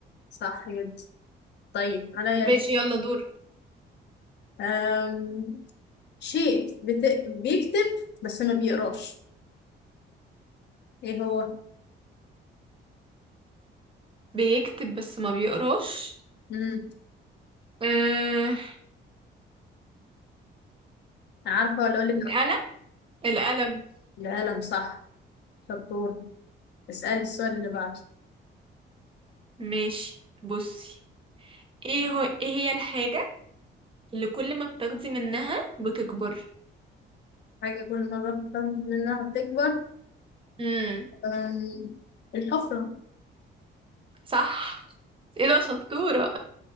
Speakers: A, on the left (about 60°); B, on the right (about 25°).
A: صح جدا طيب عليا
B: ماشي
A: دور.
B: يلا دور
A: أم... شيء بت... بيكتب بس ما بيقراش ايه هو؟
B: بيكتب بس ما بيقراش
A: مم.
B: آه
A: عارفة ولا أقول لك
B: القلم القلم
A: القلم صح شطور اسألي السؤال اللي بعده
B: ماشي بصي ايه هو ايه هي الحاجة اللي كل ما بتاخدي منها بتكبر
A: حاجة كل مرة بتخاف منها بتكبر
B: امم
A: أم، الحفرة
B: صح ايه ده شطورة